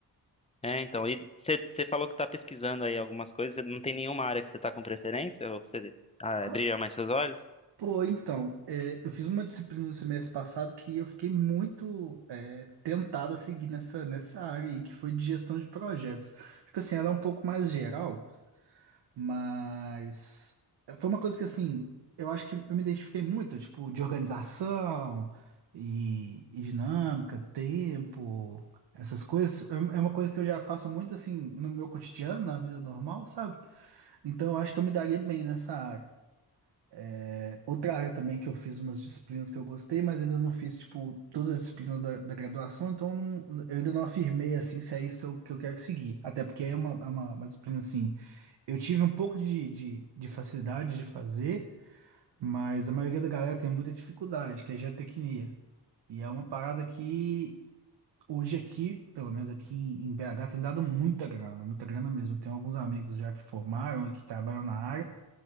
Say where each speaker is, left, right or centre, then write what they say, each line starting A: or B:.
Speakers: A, on the left; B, on the right.
A: é, então, e você falou que está pesquisando aí algumas coisas, cê não tem nenhuma área que você está com preferência? Ou você ah,
B: Ca-
A: brilha mais seus olhos?
B: Pô, então, é, eu fiz uma disciplina no semestre passado que eu fiquei muito é, tentado a seguir nessa, nessa área aí, que foi de gestão de projetos. Tipo assim, ela é um pouco mais geral, Mas foi uma coisa que, assim, eu acho que eu me identifiquei muito, tipo, de organização e, e dinâmica, tempo, essas coisas. É é uma coisa que eu já faço muito, assim, no meu cotidiano, na vida normal, sabe? Então eu acho que eu me daria bem nessa área. É, outra área também que eu fiz umas disciplinas que eu gostei, mas ainda não fiz, tipo, todas as disciplinas da, da graduação, então eu, não- eu ainda não afirmei, assim, se é isso que eu, que eu quero seguir. Até porque é uma, é uma, uma disciplina, assim, eu tive um pouco de, de, de facilidade de fazer, mas a maioria da galera tem muita dificuldade, que é geotecnia. E é uma parada que hoje aqui, pelo menos aqui em, em BH, tem dado muita grana, muita grana mesmo. Eu tenho alguns amigos já que formaram e que trabalham na área,